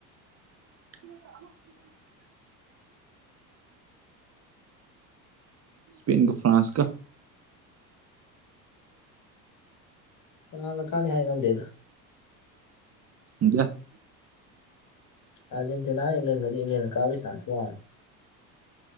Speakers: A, on the right (about 30°); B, on the left (about 40°).
A: <unintelligible> ꯁꯄꯦꯟꯒ ꯐ꯭ꯔꯥꯟꯁꯀ
B: ꯀꯅꯥꯅ ꯀꯥꯟꯅꯤ ꯍꯥꯏ ꯉꯝꯗꯦꯗ
A: <unintelligible>
B: ꯑꯔꯖꯦꯟꯇꯤꯅꯥ ꯏꯪꯂ ꯏꯪꯂꯜꯅ ꯀꯥꯕꯩ ꯆꯥꯖ